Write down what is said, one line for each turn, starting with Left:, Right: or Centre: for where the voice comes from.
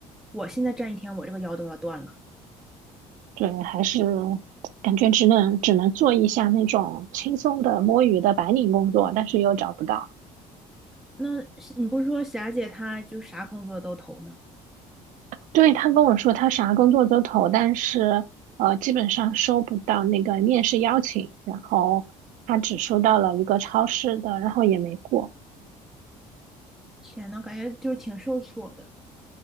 Centre: 我现在站一天，我这个腰都要断了。
Right: 对，还是感觉只能只能做一下那种轻松的摸鱼的白领工作，但是又找不到。
Centre: 那你不是说霞姐她就啥工作都投吗？
Right: 对，他跟我说他啥工作都投，但是呃，基本上收不到那个面试邀请，然后他只收到了一个超市的，然后也没过。
Centre: 天呐，感觉就是挺受挫的。